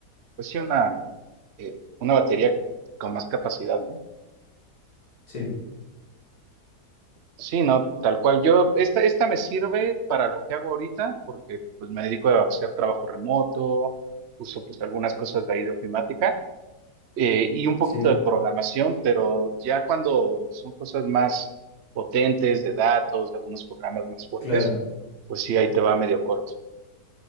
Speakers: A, on the right; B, on the left.
A: pues sí, una, eh, una batería con más capacidad, ¿no?
B: Sí,
A: Sí, no, tal cual. Yo, esta, esta me sirve para lo que hago ahorita, porque pues me dedico a hacer trabajo remoto, uso pues algunas cosas de ahí de ofimática, eh, y un poquito
B: sí,
A: de programación, pero ya cuando son cosas más potentes de datos, de algunos programas más fuertes,
B: claro.
A: pues sí, ahí te va medio corto.